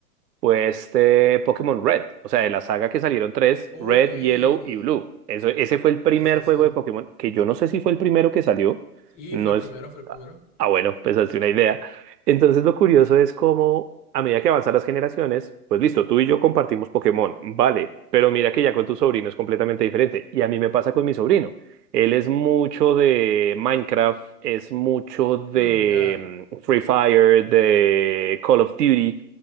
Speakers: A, on the right (about 75°); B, on the left (about 25°).
A: fue este Pokémon Red. O sea, de la saga que salieron tres,
B: Ok.
A: Red,
B: Sí,
A: Yellow y Blue. Eso, ese fue el primer
B: sí, sí.
A: juego de Pokémon, que yo no sé si fue el primero que salió.
B: Sí,
A: No,
B: fue el
A: es,
B: primero, fue el primero.
A: Ah, bueno, pensaste una idea. Entonces lo curioso es cómo a medida que avanzan las generaciones, pues listo, tú y yo compartimos Pokémon, vale, pero mira que ya con tu sobrino es completamente diferente. Y a mí me pasa con mi sobrino. Él es mucho de Minecraft, es mucho de
B: Mm, ya.
A: mm, Free Fire, de Call of Duty.